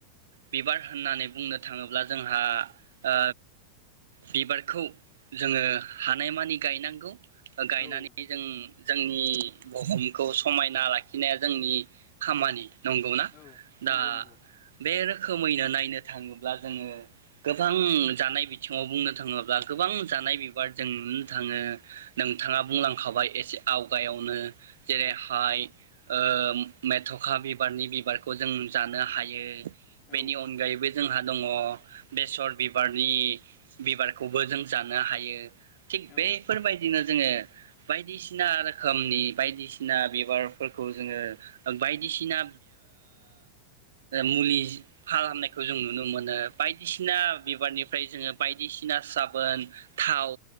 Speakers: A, on the right (about 60°); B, on the left (about 35°).
A: बिबार होननानै बुंनो थाङोब्ला जोंहा ओ बिबारखौ जोङो हानायमानि गायनांगौ गायनानै
B: औ
A: जों जोंनि बुहुमखौ समायना लाखिनाया जोंनि खामानि नंगौना
B: औ नंगौ
A: दा
B: नंगौ
A: बे रोखोमैनो नायनो थाङोब्ला जोङो गोबां जानाय बिथिङाव बुंनो थाङोब्ला गोबां जानाय बिबारजों थाङो नोंथाङा बुंलांखाबाय एसे आवगायावनो।
B: औ
A: जेरै हाइ ओ मेथ'खा बिबारनि बिबारखौ जों जानो हायो।
B: औ
A: बेनि अनगायैबो जोंहा दङ बेसर बिबारनि बिबारखौबो जों जानो हायो थिग
B: औ
A: बेफोरबायदिनो जोङो बायदिसिना रोखोमनि बायदिसिना बिबारफोरखौ जोङो बायदिसिना मुलि फाहामनायखौ जों नुनो मोनो बायदिसिना बिबारनिफ्राय जोङो बायदिसिना साबोन थाव